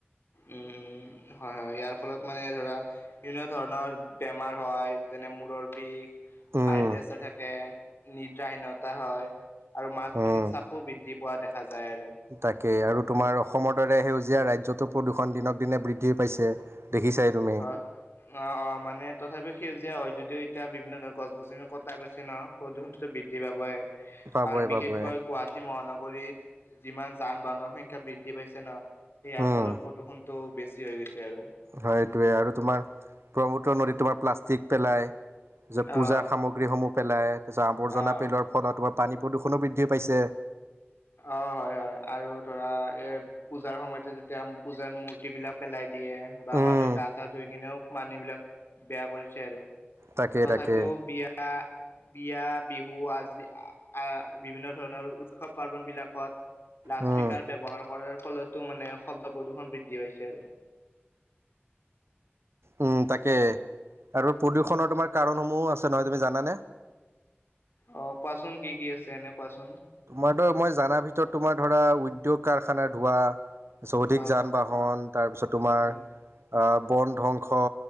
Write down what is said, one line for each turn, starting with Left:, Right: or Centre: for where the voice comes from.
Left: উম উম। হয় হয় ইয়াৰ ফলত মানে ধৰা বিভিন্ন ধৰণৰ বেমাৰ হয়। যেনে মূৰৰ বিষ
Right: উম,
Left: হাই প্ৰেচাৰ থাকে নিদ্ৰাহীনতা হয়। আৰু মানসিক
Right: উম,
Left: চাপো বৃদ্ধি পোৱা দেখা যায় আৰু।
Right: তাকেই আৰু তোমাৰ অসমৰ দৰে সেউজীয়া ৰাজ্যটো প্ৰদূষণ দিনক দিনে বৃদ্ধি পাইছে দেখিছাই তুমি
Left: হয় অ অ মানে তথাপি সেউজীয়া হয় যদিও এতিয়া বিভিন্ন ধৰ গছ গছনি কটা গৈছে ন প্ৰদূষণততো বৃদ্ধি পাবই।
Right: পাবই
Left: আৰু বিশেষকৈ
Right: পাবই
Left: গুৱাহাটী মহানগৰীত যিমান যান বাহনৰ সংখ্যা শিকা বৃদ্ধি পাইছে না সেইয়াৰ
Right: উম,
Left: ফলত প্ৰদূষণটো বেছি হৈ গৈছে আৰু।
Right: হয় এইটোৱে আৰু তোমাৰ ব্ৰহ্মপুত্ৰ নদীত তোমাৰ প্লাষ্টিক পেলায়। তাৰপাছত
Left: অ',
Right: পূজাৰ সামগ্ৰীসমূহ পেলাই। তাৰ পাছত আৱৰ্জনা
Left: অ'।
Right: পেলোৱাৰ ফলত তোমাৰ পানী প্ৰদূষণো বৃদ্ধি পাইছে।
Left: অ হয় হয় আৰু ধৰা এ পূজাৰ সময়তে যেতিয়া পূজাৰ মূৰ্ত বিলাক পেলাই। দিয়ে বা
Right: উম,
Left: মানুহে গা চা ধুই কিনেও পানী বিলাক বেয়া কৰিছে আৰু।
Right: তাকে
Left: তথাপিও
Right: তাকে
Left: বিয়া বিয়া বিহু আজি আহ বিভিন্ন ধৰণৰ উৎসৱ পাৰ্বন বিলাকত। লাউড
Right: উম,
Left: স্পিকাৰ ব্যৱহাৰ কৰাৰ। ফলতো মানে শব্দ প্ৰদূৰ্ষণ বৃদ্ধি পাইছে আৰু।
Right: উম! তাকে আৰু প্ৰদূষণৰ তোমাৰ কাৰণসমূহো আছে নহয় তুমি জানানে?
Left: অ কোৱাচোন কি কি আছে এনে কোৱাচোন।
Right: তোমাৰ ধৰা মই জানাৰ ভিতৰত তোমাৰ ধৰা উদ্যোগ কাৰখানা ধোৱা চৌধিক
Left: অ
Right: যান বাহন তাৰপিছত তোমাৰ
Left: উম
Right: আহ বন ধ্বংস।